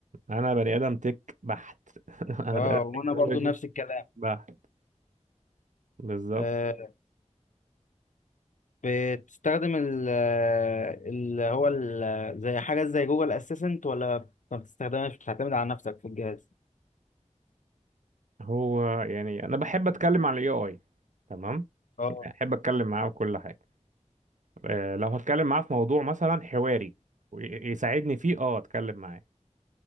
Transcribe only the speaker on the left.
اه
وانا
برضو نفس الكلام
أه بتستخدم ال- اللي هو ال- زي حاجه زي جوجل اسيستنت ولا ما بتستخدمهاش بتعتمد على نفسك في الجهاز
اه